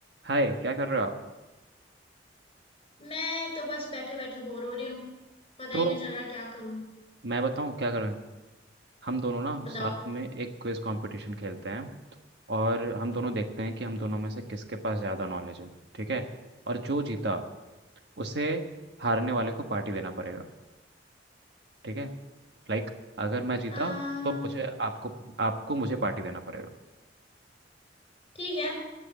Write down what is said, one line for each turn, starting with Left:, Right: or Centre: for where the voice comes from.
Right: हाय क्या कर रहे हो आप
Left: मैं तो बस बैठे बैठे बोर हो रही हूँ पता
Right: तो
Left: ही नहीं चल रहा क्या करूं
Right: मैं बताऊं क्या कर रहे हैं हम दोनों ना
Left: बताओ
Right: साथ में एक क्विज कंपटीशन खेलते हैं और हम दोनों देखते हैं कि हम दोनों में से किसके पास ज़्यादा नॉलेज है ठीक है और जो जीता उसे हारने वाले को पार्टी देना पड़ेगा ठीक है लाइक अगर मैं जीता
Left: आ,
Right: तो मुझे आपको आपको मुझे पार्टी देना पड़ेगा
Left: ठीक है